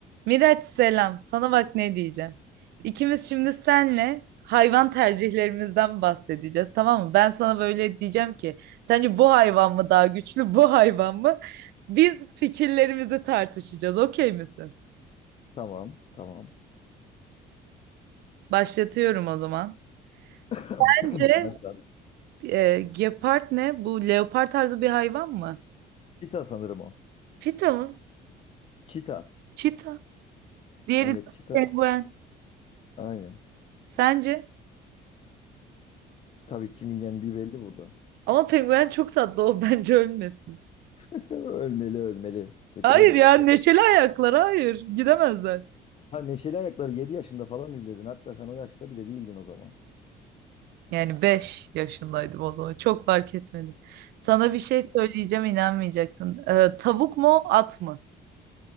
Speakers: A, on the right; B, on the left.
A: Miraç selam. Sana bak ne diyeceğim. İkimiz şimdi senle hayvan tercihlerimizden bahsedeceğiz, tamam mı? Ben sana böyle diyeceğim ki, sence bu hayvan mı daha güçlü, bu hayvan mı? Biz fikirlerimizi tartışacağız. Okey misin?
B: Tamam, tamam.
A: Başlatıyorum o zaman.
B: <clears throat>
A: Bence
B: Başlat.
A: e, gepard ne? Bu leopar tarzı bir hayvan mı?
B: Çita sanırım o.
A: Pita mı?
B: Çita.
A: Çita. Diğeri
B: Evet,
A: de
B: çita.
A: penguen.
B: Aynen.
A: Sence?
B: Tabii kimin yendiği belli burada.
A: Ama penguen çok tatlı o <laughs> bence ölmesin.
B: <laughs> Ölmeli ölmeli. Seçiyoruz
A: Hayır ya
B: işte.
A: neşeli ayaklar hayır gidemezler.
B: Ha Neşeli Ayaklar'ı 7 yaşında falan izledin. Hatta sen o yaşta bile değildin o zaman.
A: Yani 5 yaşındaydım o zaman. Çok fark etmedi. Sana bir şey söyleyeceğim inanmayacaksın. Ee, tavuk mu at mı?